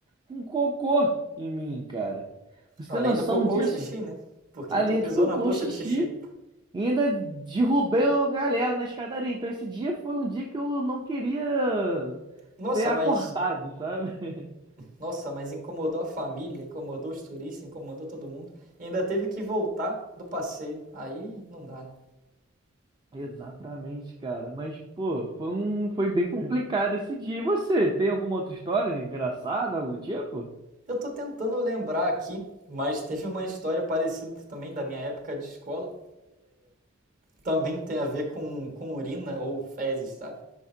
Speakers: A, on the right (about 20°); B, on the right (about 45°).
A: com cocô em mim, cara. Você
B: Além
A: tem noção
B: do cocô,
A: disso?
B: o xixi, né? Porque
A: Além
B: tu pisou
A: do cocô,
B: na poça
A: o xixi.
B: de xixi.
A: E ainda derrubei uma galera na escadaria. Então esse dia foi um dia que eu não queria
B: Nossa,
A: ter acordado,
B: mas
A: sabe? <laughs>
B: Nossa, mas incomodou a família, incomodou os turistas, incomodou todo mundo. E ainda teve que voltar do passeio. Aí não dá, né?
A: Exatamente, cara. Mas, pô, foi um... foi bem complicado esse dia. E você, tem alguma outra história engraçada, algo do tipo?
B: Eu tô tentando lembrar aqui, mas teve uma história parecida também da minha época de escola. Também tem a ver com, com urina ou fezes, tá?